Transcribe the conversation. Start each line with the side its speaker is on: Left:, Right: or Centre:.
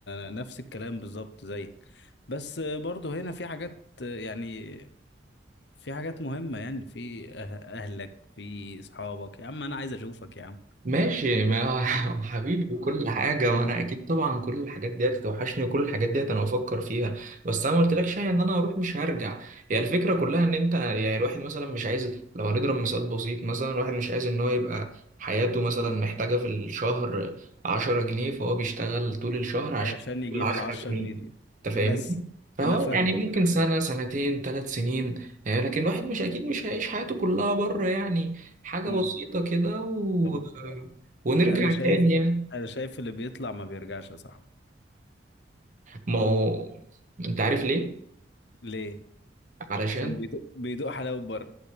Left: أنا نفس الكلام بالظبط زيك بس برضه هنا في حاجات يعني في حاجات مهمة يعني في أه- اهلك في اصحابك يا عم انا عايز اشوفك يا عم
Right: ماشي ما هو <laughs> حبيبي وكل حاجة ما أنا أكيد طبعا كل الحاجات ديت توحشني وكل الحاجات ديت أنا بفكر فيها بس أنا ما قلتلكش يعني إن أنا هروح مش هرجع هي الفكرة كلها إن أنت يعني الواحد مثلا مش عايز لو هنضرب مثال بسيط مثلا الواحد مش عايز إن هو يبقى حياته مثلا محتاجة في الشهر عشرة جنيه فهو بيشتغل طول الشهر عشان
Left: عشان
Right: يجيب
Left: يجيب
Right: العشرة
Left: العشرة
Right: جنيه
Left: جنيه دي
Right: أنت
Left: بس
Right: فاهمني؟ فهو
Left: انا فاهمك
Right: يعني
Left: صدقني
Right: ممكن سنة سنتين ثلاث سنين يعني لكن الواحد مش أكيد مش هيعيش حياته كلها بره يعني حاجة
Left: أمم.
Right: بسيطة كده و...
Left: طب
Right: ونرجع
Left: انا شايف
Right: تاني يعني
Left: انا شايف اللي بيطلع ما بيرجعش يا صاحبي
Right: ما هو انت عارف ليه؟
Left: ليه
Right: علشان
Left: عشان بيدوق بيدوق حلاوة بره